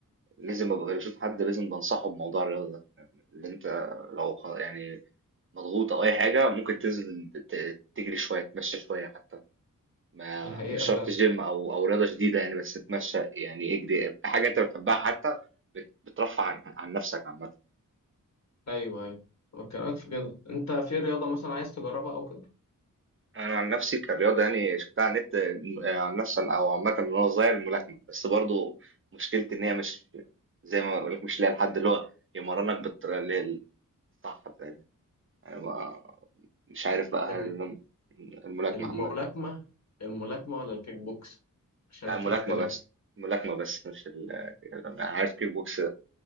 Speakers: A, on the right (about 40°); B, on the left (about 55°).
A: لازم ابقى بشوف حد لازم بنصحه بموضوع الرياضه ده يعني اللي انت لو خ- يعني مضغوط او اي حاجه ممكن تنزل ت- تجري شويه تتمشى شويه حتى ما
B: ده حقيقة
A: مش شرط
B: فاهم
A: جيم او او رياضه شديده يعني بس تتمشى يعني اجري حاجه انت بتحبها حتى بت- بترفع عن, عن نفسك عامه
B: ايوه ايوه بكلمك في كده انت في رياضة مثلا عايز تجربها او كده
A: انا عن نفسي كرياضه يعني شفتها على النت آه، عن نفسي او عامه من وانا صغير الملاكمه بس برضو مشكلتي ان هي مش زي ما بقول لك مش لاقي الحد اللي هو يمرنك بالطريقه اللي هي الصح بتاعتها انا ما- مش عارف بقى
B: الم-
A: هل الملاكمه
B: الملاكمة
A: عامه
B: الملاكمة ولا الكيك بوكس عشان
A: لا
B: في
A: الملاكمة
B: اختلاف
A: بس الملاكمة بس مش ال... يعني أنا عارف كيك بوكس